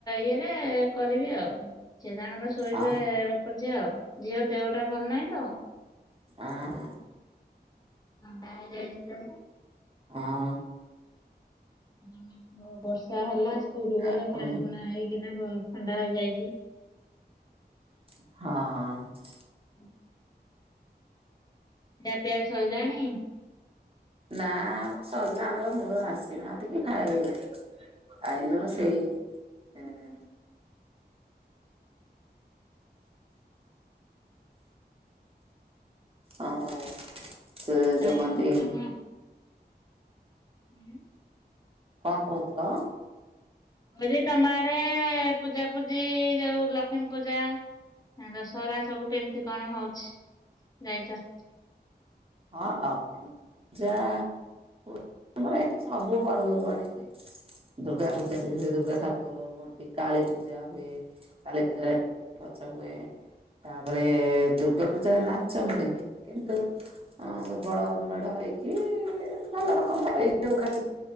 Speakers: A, on the left; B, on the right.
A: ଇଏରେ କରିବି ଆଉ। ସିଏ ତାଙ୍କର ଶୋଇବେ
B: ଆ
A: ବାପ ଝିଅ ଆଉ ଝିଅ ଦେହଟା ଭଲ ନାହିଁ ତ।
B: ଅଁ
A: ଥଣ୍ଡା ହେଇଯାଇଚି ଜୋରେ?
B: ହଁ।
A: ଆମେ ବର୍ଷା ହେଲା ସ୍କୁଲ ଗଲା
B: ଆଉ
A: ପାଣି ପୁଣା ହେଇକିନା ବ ଥଣ୍ଡା ହେଇଯାଇଚି।
B: ହଁ।
A: ହୁଁ ଖିଆ ପିଆ ସାଇଲାଣି?
B: ନା ଆମର ସରନା ଆମର ମୁଳୁରୁ ଆସିନାହାନ୍ତିକି ଖାଇ ନାଇଁ। ଆଇନ ସେଇ
A: ଆଉ
B: ଏଁ ଏଁ ଆଉ ସେ
A: ଆଉ
B: ଯୋଉ କଣତି
A: ତମ ହୁଁ।
B: କଣ କହୁଥିଲ?
A: କହିଲି ତମ ଆଡ଼େ ଏ ଏ ପୂଜା ପୂଜି ଯୋଉ ଲକ୍ଷ୍ମୀ ପୂଜା ଆଁ ଦଶହରା ସବୁ କେମିତି କଣ ହଉଛି ଯାଇଚ?
B: ହଁ ଲକ୍ଷ୍ମୀ ପୂଜା ହୁ ଆମର ଏଠି ସବୁ ପର୍ବପବାଣି ହୁଏ। ଦୁର୍ଗା ପୂଜା ବି ହୁଏ ଦୁର୍ଗା ଠାକ କର ମନ୍ତି କାଳୀ ପୂଜା ହୁଏ କାଳୀ ପୂଜାରେ ଉଁ ଗଛ ହୁଏ। ତାପରେ ଏ ଏ ଏ ଦୁର୍ଗା ପୂଜାରେ ନାଚ ହୁଏନି କିନ୍ତୁ ହଁ ବଡ଼ ମେଢ଼ ହେଇକି ଇ ଇ ଭଲ ରକମ ଏଇ ଯୋଉ ଖାଲି